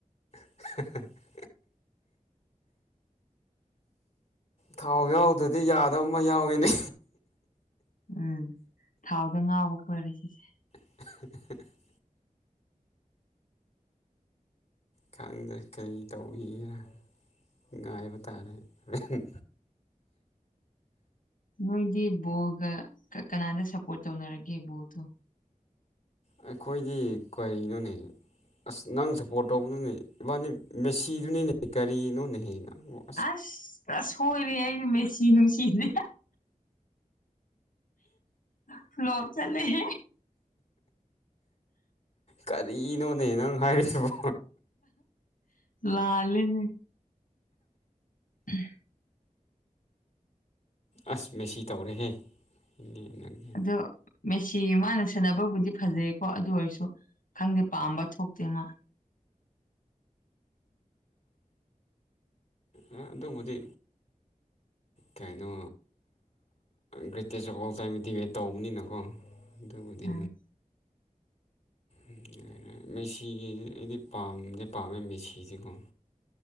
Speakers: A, on the left; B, on the left.
A: <inaudible> ꯊꯥꯎ ꯌꯥꯎꯗ꯭ꯔꯗꯤ ꯌꯥꯗꯕ ꯑꯃ ꯌꯥꯎꯏꯤꯅꯦ
B: ꯎꯝ ꯊꯥꯎꯗ ꯉꯥꯎꯕ ꯈꯣꯏꯔꯦ ꯁꯤꯁꯦ
A: <inaudible> ꯈꯪꯗ꯭ꯔꯦ ꯀꯔꯤ ꯇꯧꯏꯔ ꯉꯥꯏꯕ ꯇꯥꯔꯦ ꯍꯣꯔꯦꯟ
B: ꯅꯣꯏꯗꯤ ꯕꯣꯜꯒ ꯀꯅꯥꯗ ꯁꯞꯄꯣꯔꯠ ꯇꯧꯅꯔꯒꯦ ꯕꯣꯜꯗꯣ
A: ꯑꯩꯈꯣꯏꯗꯤ ꯀꯔꯤꯒꯤꯅꯣꯅꯦ ꯑꯁ ꯅꯪ ꯁꯞꯄꯣꯔꯠ ꯇꯧꯕꯗꯨꯅꯦ ꯏꯕꯥꯅꯤ ꯃꯦꯁꯤꯗꯨꯅꯤꯅꯦ ꯀꯔꯤꯅꯣꯅꯦꯍꯦ ꯅꯪ
B: ꯑꯁ ꯑꯁ ꯁꯣꯏꯔꯦ ꯑꯩꯗꯤ ꯃꯦꯆꯤ ꯅꯨꯡꯁꯤꯗꯦ ꯐ ꯂ ꯆꯂꯦꯦ
A: ꯀꯔꯤꯅꯣꯅꯦ ꯅꯪ ꯍꯥꯏꯔꯤꯁꯤꯕ
B: ꯂꯥꯂꯦꯅꯦ ꯎꯝ
A: ꯑꯁ ꯃꯦꯁꯤ ꯇꯧꯔꯦꯍꯦ ꯏꯅꯦ ꯅꯪꯒꯦ
B: ꯑꯗꯣ ꯃꯦꯁꯤ ꯃꯥꯅ ꯁꯦꯅꯕꯕꯨꯗꯤ ꯐꯖꯩꯌꯦꯀꯣ ꯑꯗꯨ ꯑꯣꯏꯔꯁꯨ ꯈꯪꯗꯦ ꯄꯥꯝꯕ ꯊꯣꯛꯇꯦ ꯃꯥ
A: ꯑꯥ ꯑꯗꯨꯕꯗꯤ ꯀꯩꯅꯣ greatest of all time debate ꯇꯧꯕꯅꯤꯅꯀꯣ <unintelligible> ꯑꯗꯨꯕꯨꯗꯤ
B: ꯎꯝ
A: ꯎꯝ <unintelligible> ꯃꯦꯁꯤꯒꯤ ꯑꯩꯗꯤ ꯄꯥꯝꯗꯤ ꯄꯥꯝꯃꯦ ꯃꯦꯁꯤꯁꯤꯀꯣ